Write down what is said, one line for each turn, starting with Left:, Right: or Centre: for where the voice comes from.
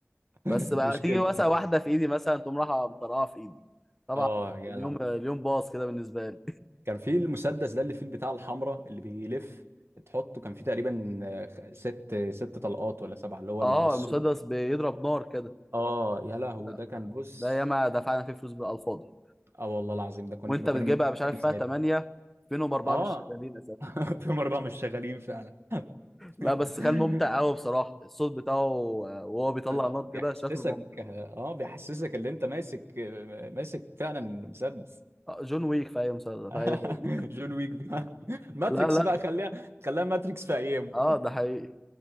Right: <laughs>
Centre: بس بقى
Right: مشكلة
Centre: تيجي مثلا واحدة في إيدي مثلا تقوم رايحة مطرقعة في إيدي طبعا
Right: اه يا
Centre: اليوم
Right: لا
Centre: اليوم باظ كده بالنسبة لي
Right: كان في المسدس ده اللي فيه البتاع الحمراء اللي بيلف تحطه كان فيه تقريبا آه، ست ست طلقات ولا سبعة
Centre: <laughs>
Right: اللي هو
Centre: اه
Right: السود
Centre: المسدس بيضرب نار كده
Right: اه يا لهوي
Centre: لا
Right: ده كان
Centre: ده,
Right: بص
Centre: ده ياما دفعنا فيه فلوس بالألفاضي
Right: اه والله العظيم ده كنا
Centre: وأنت بتجيبها
Right: كنا من
Centre: مش عارف
Right: كام ساعتها
Centre: فيها 8 فينهم أربعة
Right: اه
Centre: مش شغالين
Right: <laughs> في مرة مش شغالين فعلا
Centre: لا
Right: <laughs>
Centre: بس كان ممتع قوي بصراحه الصوت بتاعه آه، وهو بيطلع
Right: أي طبعا
Centre: نار
Right: بيحسسك
Centre: كده شكله ممتع
Right: اه بيحسسك اللي انت ماسك ماسك فعلا مسدس
Centre: آه، جون ويك في اي مسلسل
Right: <laughs>
Centre: في اي فيلم
Right: جون ويك بقى. ماتريكس
Centre: لا لا
Right: بقى خليها خليها ماتريكس في ايامه
Centre: اه ده حقيقي